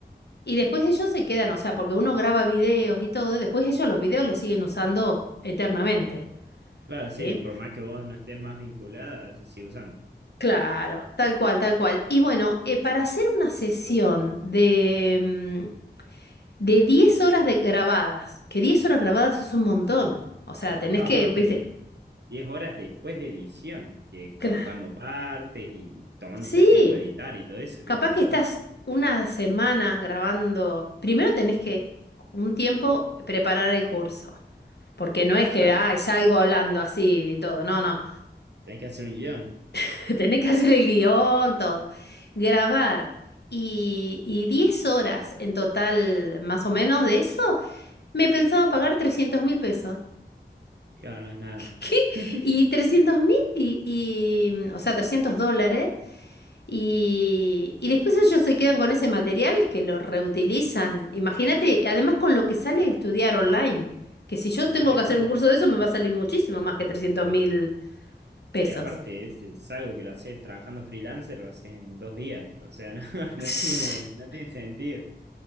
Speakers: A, on the left; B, on the right.
A: y después ellos se quedan, o sea, porque uno graba videos y todo, y después ellos los videos los siguen usando eternamente,
B: Claro, sí,
A: ¿sí?
B: por más que vos no estés más vinculada, se sigue usando.
A: Claro, tal cual, tal cual. Y bueno, eh, para hacer una sesión de, mm, De 10 horas de grabadas, que 10 horas grabadas es un montón. O sea, tenés
B: No,
A: que,
B: aparte,
A: viste,
B: 10 horas después de edición, que es
A: claro.
B: cortando partes y tomándote
A: Sí,
B: el tiempo de editar y todo eso,
A: capaz
B: que es un montón.
A: que estás una semana grabando. Primero tenés que un tiempo preparar el curso. Porque no es
B: Claro,
A: que, ay, salgo hablando así y todo. No, no.
B: tenés que hacer un guión.
A: <laughs> Tenés que hacer el guión, todo. Grabar. Y, y 10 horas en total, más o menos, de eso, me pensaba pagar trescientos mil pesos.
B: Claro, no es nada.
A: ¿Qué?
B: <laughs>
A: Y trescientos mil y, y, mm, o sea, 300 dólares. Y, y después ellos se quedan con ese material que lo reutilizan. Imagínate, además con lo que sale estudiar online, que si yo tengo
B: Tal
A: que hacer
B: cual.
A: un curso de eso me va a salir muchísimo más que trescientos mil pesos.
B: Sí, aparte,
A: <laughs>
B: es, es algo que lo haces trabajando freelancer, lo haces en dos días. O sea, <laughs> no, no
A: <sighs>
B: tiene, no tiene sentido.